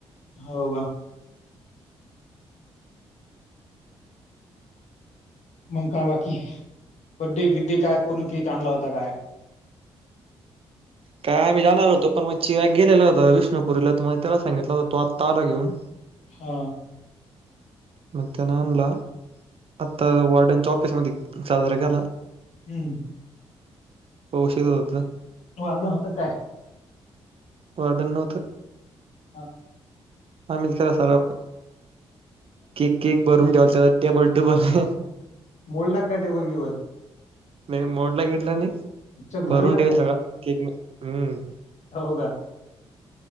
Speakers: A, on the left; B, on the right.
A: हो का मग का बाकी बड्डी गिड्डी काय कोण केक आणला होता काय?
B: काय आम्ही जाणार होतो पण मग चिराग गेलेला होता विष्णुपुरीला तर मग त्याला सांगितला होता तो आत्ता आला घेऊन
A: हा..
B: म न आणला आता वॉडनच्या ऑफिस मध्ये साजरा केला
A: हम्म..
B: उशीर होत होता..
A: तो आला नव्हता का काय??
B: वर्डन नव्हतं..
A: हा..
B: आ मीच खरा सार केक केक भरून ठेवल त्याला टेबल टेबल
A: मोल्डाकडे बोल ब
B: नाही मोडला गेटला नाही
A: चक
B: भरून
A: भरवीला
B: ठेवल
A: काय
B: सगळा केक हम्म
A: हो का..